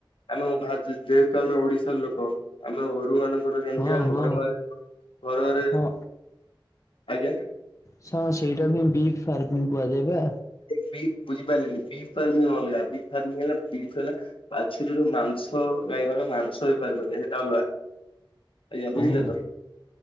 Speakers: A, on the left (about 85°); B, on the left (about 40°).
A: ଆମେ ଭାଜ୍ ଯେହେତୁ ଆମର ଓଡିଶାର ଲୋକ ଆମେ ଅରୁ ମାନଙ୍କୁ ତୋର୍ <unintelligible> ଯେମ୍ତି
B: ହଁ
A: ଆନ୍
B: ହଁ
A: ଘର ମାଲ୍ ଘର ଘରେ
B: ହଁ
A: ଆଜ୍ଞା।
B: ହଁ ସେଇଟାକୁ ବି ଫାରମିଙ୍ଗି କୁହାଯାଇବା।
A: ବୀ ବୁଝିପାରିଲିନି ବିଫର୍ମିଂ ଅଲଗା ବିଟ୍ ଫମ ହେଲା ବିଫ୍ ହେଲା ପା ଛୋଟିରୁ ମାଂସ ଗାଈ ଗ ମାଂସ ବେପାର କ ସେଟା ଅଲଗା। ଆଜ୍ଞା ବୁଝିଲ
B: ଓହୋ
A: ତ।